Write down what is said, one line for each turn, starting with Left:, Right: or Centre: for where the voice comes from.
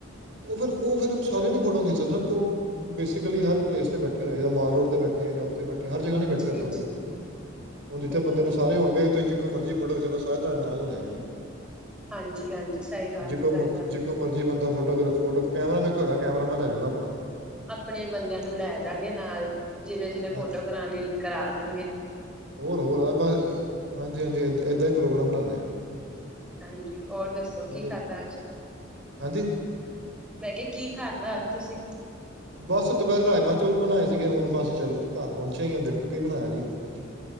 Right: ਉਹ ਫਿਰ ਉਹ ਫਿਰ ਸਾਰਿਆਂ ਦੀ ਫੋਟੋ ਖਿੱਚ ਸਕਦੇ ਉਹ ਬੇਸਿਕਲੀ ਹਰ ਪਲੇਸ ਤੇ ਬੈਠੇ ਹੋ ਜਾਂ ਮਾਲ ਰੋਡ ਤੇ ਬੈਠੇ ਉੱਥੇ ਥ ਹਰ ਜਗ੍ਹਾੀ ਬੈਠੇ
Centre: ਜੀ
Right: ਹੋਏ ਨਾ ਉਹ
Centre: ਜੀ
Right: ਵੀ ਹੁਣ ਜਿੱਥੇ
Centre: ਉਹ ਤੇ
Right: ਬੰਦੇ
Centre: ਹੈ
Right: ਨੇ ਸਾਰੇ ਹੋਣਗੇ ਤੁਸੀਂ ਜੋ ਮਰਜ਼ੀ ਫੋਟੋ ਖਚਲੋ ਤੁਹਾਡੇ ਨਾਲ ਹੋਣੇ ਆ ਜੀ
Centre: ਹਾਂਜੀ ਹਾਂਜੀ ਸਹੀ ਗੱਲ
Right: ਜਕੋ
Centre: ਹੈ ਸਹੀ
Right: ਮਰਜ਼
Centre: ਗੱਲ ਹੈ
Right: ਜਕੋ ਮਰਜੀੀ ਬੰਦਾ ਫੋਟ ਫੋ ਫੋ ਕੈਮਰਾ ਮੇ ਕੋ ਹੈਗਾ ਕੈਮਰਾੈਂ ਲੈਜਊਗਾ ਆਪਣਾ
Centre: ਆਪਣੇ ਬੰਦਿਆਂ ਨੂੰ ਲੈ ਜਾਗੇ ਨਾਲ ਜਿਹਨੇ ਜਿਹਨੇ
Right: ਹਾਂ
Centre: ਫੋਟੋ ਕਰਣੀ ਕਰਾ ਲਣਗੇ
Right: ਹੋਰ ਹੋਰ ਬ ਹਾਂਜੀ ਹਾਂਜੀ ਇ ਏਦਾਂ ਹੀ ਪ੍ਰੋਗਰਾਮ ਬਣਾਉਦੇ ਹਾਂ
Centre: ਹਾਂਜੀ ਹੋਰ ਦੱਸੋ
Right: ਹਾਂਜੀ
Centre: ਕੀ
Right: ਹਾਂਜੀ
Centre: ਖਾਧਾ ਅੱਜ
Right: ਹਾਂਜੀ
Centre: ਮੈਂ ਕਿਹਾ ਕੀ ਖਾਂਦਾਜ ਤੁਸੀਂ
Right: ਬਸ ਦੁਪਹਿਰੇ ਰਾਜਮਾਂ ਚੌਲ ਬਣਾਏ ਸੀਗੇ ਹੁਣ ਬਸ ਚੱਲ ਘਰ ਪਹੁੰਚਿਆ ਹੀ ਦੇਖੋ ਕੀ ਬਣਾਇਆ ਜੀ ਅੱਜ